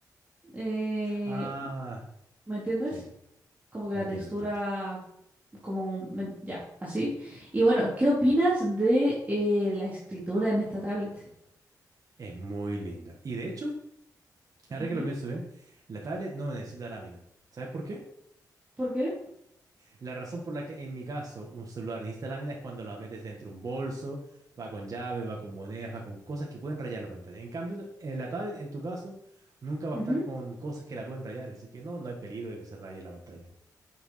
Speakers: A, on the right; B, on the right.
A: eh,
B: Ah,
A: ¿me entiendes?
B: sí,
A: Como que
B: entiendo,
A: la textura,
B: entiendo.
A: como me- ya, así. Y bueno, ¿qué opinas de eh, la escritura en esta tablet?
B: Es muy linda. Y de hecho, ahora
A: Ujú,
B: que lo pienso bien, la tablet no necesita lámina. ¿Sabes por qué?
A: ¿Por qué?
B: La razón por la que en mi caso un celular necesita lámina es cuando la metes dentro de un bolso, va con llave, va con monedas, va con cosas que pueden rayar la pantalla. En cambio, no- en la tablet, en tu caso, nunca va
A: Ujú.
B: a estar con cosas que la pueden rayar, así que no, no hay peligro de que se raye la pantalla.